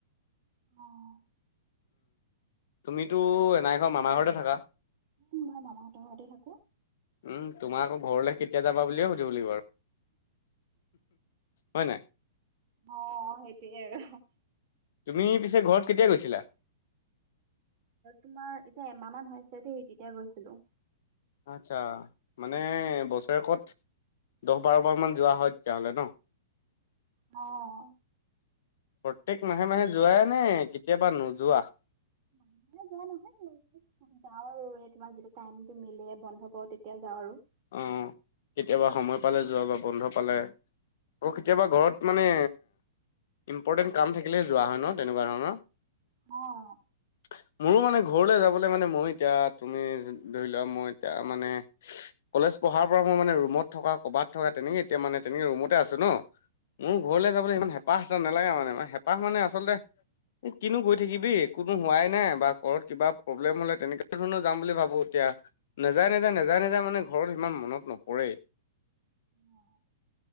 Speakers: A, on the right (about 45°); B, on the left (about 60°).
A: অ'।
B: তুমিতো এনাই ঘৰ মামাৰ ঘৰতে থাকা?
A: মই মামাহতৰ ঘৰতেই থাকো?
B: উম, তোমাক আকৌ ঘৰলৈ কেতিয়া যা বালিয়ে সুধিব লাগিব আৰু। হয় নাই?
A: অ' সেইটোয়ে আৰু।
B: তুমি পিছে ঘৰত কেতিয়া গৈছিলা?
A: তোমাৰ এতিয়া এমাহ মান হৈছে দেই, তেতিয়া গৈছিলো।
B: আচ্ছা মানে বছৰেকত দহ বাৰ বাৰমান যোৱা হয় তেতিয়াহ'লে ন?
A: অ'।
B: প্ৰত্যেক মাহে মাহে যোৱাইে নে কেতিয়াবা নোযোৱা?
A: মাহে মাহে যোৱা নহয় তেনেকে। যাওঁ আৰু এ তোমাৰ যেতিয়া টাইমটো মিলে বন্ধ পাওঁ, তেতিয়া যাওঁ আৰু।
B: অ' কেতিয়াবা সময় পালে যোৱা বা বন্ধ পালে, আকৌ কেতিয়াবা ঘৰত মানে ইম্পৰ্টেণ্ট কাম থাকিলে যোৱা হয় ন তেনেকুৱা ধৰণৰ?
A: অ'।
B: <inaudible> মোৰো মানে ঘৰলৈ যাবলৈ মানে মই এতিয়া তুমি ধৰি লোৱা মই এতিয়া মানে কলেজ পঢ়াৰ পৰা মই মানে ৰুমত থকা ক'বাত থকা তেনেকে এতিয়া মানে তেনেকে ৰুমতে আছো ন। মোৰ
A: উম,
B: ঘৰলৈ যাবলৈ ইমান হেপাহ এটা নালাগে মানে, হেঁপাহ মানে আচলতে এই কিনো গৈ থাকিবি, কোনো হোৱাই নাই বা ঘৰত কিবা প্ৰব্লেম হ'লে তেনেকুৱা ধৰণৰ যাম বুলি ভাবো। এতিয়া নেযায় নেযায় নেযায় নেযায় মানে ঘৰত সিমান মনত নপৰে।
A: অ।